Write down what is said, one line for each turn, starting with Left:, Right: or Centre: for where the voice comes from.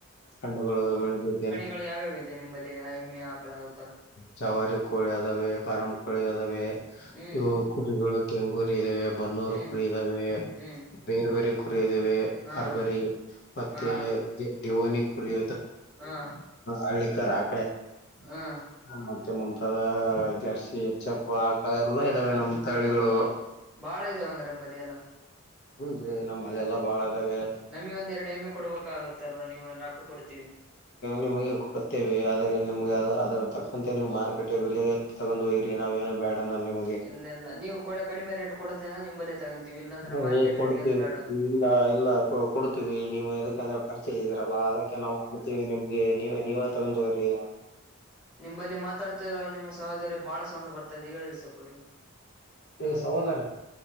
Left: ಹಣ್ಣು ಬೆಳೆ
Centre: ಗಳು ಯಾವ್ಯಾವ ಇದೆ ನಿಮ್ಮಂಬಲ್ಲಿ ಹೆಮ್ಮೆ ಆಕಳ ಅವ ತರ
Left: ಚವಾರಿ ಕೋಳಿ ಅದಾವೆ ಪರಂ ಕೋಳಿ ಅದಾವೆ.
Centre: ಹ್ಮ್
Left: ಇವು ಕುರಿಗಳು ಕೆಂಗುರಿ ಇದ್ದಾವೆ ಬನ್ನೂರು
Centre: ಹ್ಮ್
Left: ಕುರಿ ಇದ್ದಾವೆ.
Centre: ಹ್ಮ್
Left: ಬೇರ್ ಬೇರಿ ಕುರಿದೇವೆ
Centre: ಹಾ
Left: ಬರ್ಬರಿ ಮತ್ತೆ
Centre: ಹಾ
Left: ದಿವೋನಿ ಕುರಿ.
Centre: ಹಾ
Left: ಹಳಿಕರ ಆ
Centre: ಹಾ
Left: ಮತ್ತೆ ಮುಂತಾದ ಜರ್ಸಿ ಎಚ್ಚಪ್ಪು ಹಾಕ ಎಲ್ಲ ಇದಾವೆ ನಮ್ ತಳಿಗಳು.
Centre: ಬಾಳ ಇದದೆ ಹಂಗ ನೆಮ್ಮಂಬದಿಲ್ಲ.
Left: ಹಂ ರೀ ನಮ್ಮ ಮಳೆಲ್ಲಾ ಬಾಳ ಇದದಾವೆ.
Centre: ನಮಿಗ್ ಒಂದ ಎರಡು ಎಮ್ಮೆ ಕೊಡ್ಬೇಕಾಗಗತ್ತಲ್ವಾ ನೀವು ಒಂದ ರಕ್ಕ ಕೊಡ್ತೀವಿ.
Left: ನಿಮಗೆ ಕೊಡತ್ತೇವೆ ಆದ್ರರೆ ನಿಮ್ಗೆ ಅದ್ರ ತಕ್ಕಂತೆ ನೀವು ಮಾರ್ಕೆಟ್ ಬೆಲೆಗೆ ತಗೊಂಡು ಯರಿ ನಾವೇನು ಬೇಡ ಅನ್ನಲ್ಲ.
Centre: ಇಲ್ಲ ಇಲ್ಲ ನೀವು ಕಡ ಕಡಿಮೆ ರೇಟ್ ಕೊಡದ ನಿಂಬಲ್ಲೇ ತಗೊಂತೀವಿ ಇಲ್ಲಾಂದ್ರೆ
Left: ಹ್ಮ,
Centre: ಮಾರ್ಕೆಟ್
Left: ಕೊಡ್ತೀವಿ
Centre: ರೇಟ್ ಏ ಬೇಡ.
Left: ಇಲ್ಲ ಇಲ್ಲ ಕೊ ಕೊಡ್ತೀವಿ ನೀವು ಯದಕ್ಕೆಂದ್ರೆ ಪರ್ಚೇಸ್ ಇದರಲ್ಲ ಅದಕ್ಕೆ ನಾವು ಕೊಡ್ತೀವಿ ನಿಮ್ಗೆ ನೀವು ನೀವ ತಗಂದುರಿ.
Centre: ನಿಂಬಲ್ಲಿ ಮಾತಾಡ್ತಿರೋ ನಿಮ್ಮ ಸಹೋದರಿ ಬಾಳ ಸೌಂಡ್ ಬರ್ತಾ ಹೇಳ್ರಿ ಸ್ವಲ್ಪು.
Left: ಏಯ್ ಸಹೋದರಿ